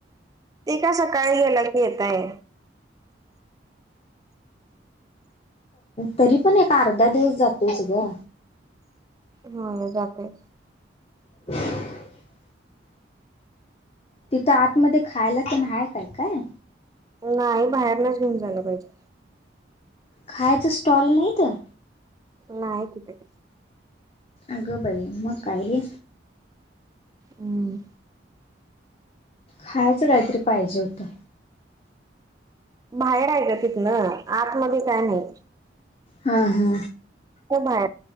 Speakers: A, on the right; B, on the left.
A: ते का सकाळी गेला की येतय.
B: तरी पण एक अर्धा दिवस जातोच ग.
A: हो जाते.
B: <unintelligible> तिथं आतमध्येध्ये खायला तर नाहीय काय काय.
A: नाही बाहेर नाहीच घेऊन जालं पाहिजे.
B: खायच स्टॉल नाही तर.
A: नाही तिथे.
B: अगं भाई मकायले.
A: हम्म.
B: खायचं काहीतरी पाहिजे होतं.
A: बाहेर ऐका तिथ ना आतमध्येध्ये काय नाही.
B: हा हा.
A: प आहे